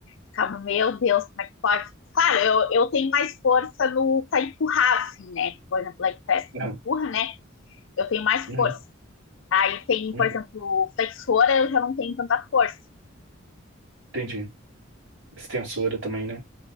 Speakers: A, on the left; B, on the right.
A: Ficava, meu Deus, como é que pode? Claro, eu, eu tenho mais força no pra empurrar, assim, né? Por exemplo, leg press
B: Uhum,
A: que empurra, né? Eu tenho mais
B: uhum,
A: força. Aí tem,
B: uhum.
A: por exemplo, flexora, eu já não tenho tanta força.
B: Entendi. Extensora também, né?